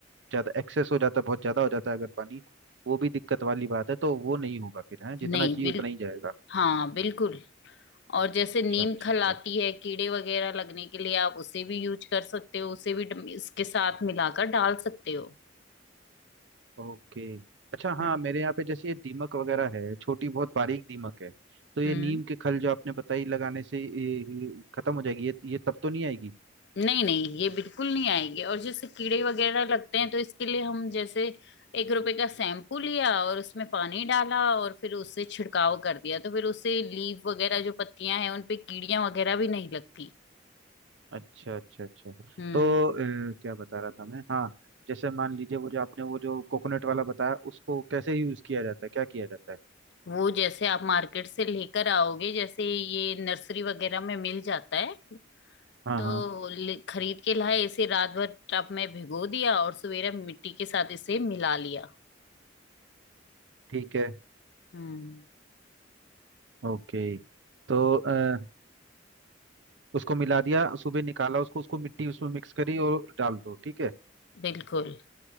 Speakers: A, on the right (about 70°); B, on the left (about 65°).
A: ज्यादा एक्सेस हो जाता है बहुत ज्यादा हो जाता है अगर पानी वो भी दिक्कत वाली बात है तो वो नहीं होगा फिर है जितना
B: नहीं
A: चाहिए
B: बिल
A: उतना ही जाएगा
B: हाँ बिल्कुल और जैसे
A: अच्छा
B: नीम
A: अच्छा
B: खल
A: अच्छा
B: आती है कीड़े वगैरह लगने के लिए आप उसे भी यूज कर सकते हो उसे भी डम- इसके साथ मिलाकर डाल सकते हो
A: ओके अच्छा हाँ
B: हम्म।
A: मेरे यहाँ पे जैसे ये दीमक वगैरह है छोटी बहुत बारीक दीमक है तो ये
B: हम्म
A: नीम के खल जो आपने बताई लगाने से ये- ये खत्म हो जाएगी ये ये तब तो नहीं आएगी
B: नहीं नहीं ये बिल्कुल नहीं आएगी और जैसे कीड़े वगैरह लगते हैं तो इसके लिए हम जैसे एक रुपए का शैम्पू लिया और उसमें पानी डाला और फिर उससे छिड़काव कर दिया तो फिर उससे लीफ वगैरह जो पत्तियां हैं उन पे कीड़ियां वगैरह भी नहीं लगती
A: अच्छा अच्छा अच्छा
B: हम्म
A: तो अ, क्या बता रहा था मैं हाँ जैसे मान लीजिए वो जो आपने वो जो कोकोनट वाला बताया उसको कैसे यूज किया जाता है क्या किया जाता है
B: वो जैसे आप मार्केट से लेकर आओगे जैसे ये नर्सरी वगैरह में मिल जाता है
A: हाँ
B: तो
A: हाँ
B: ले- खरीद के लाए इसे रात भर टब में भिगो दिया और सवेरे मिट्टी के साथ इसे मिला लिया
A: ठीक है
B: हम्म
A: ओके तो अ, उसको मिला दिया सुबह निकाला उसको उसको मिट्टी उसमें मिक्स करी और डाल दो ठीक है
B: बिल्कुल